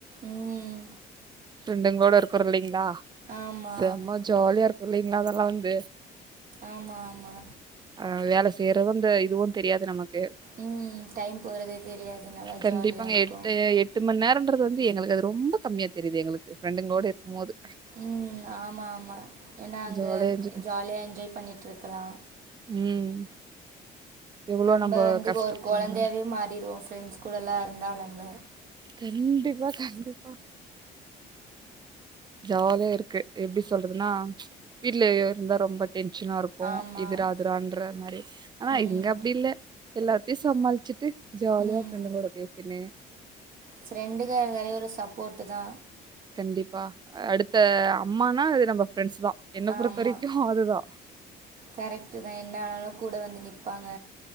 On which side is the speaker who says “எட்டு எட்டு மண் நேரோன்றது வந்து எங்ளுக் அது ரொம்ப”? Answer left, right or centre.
Right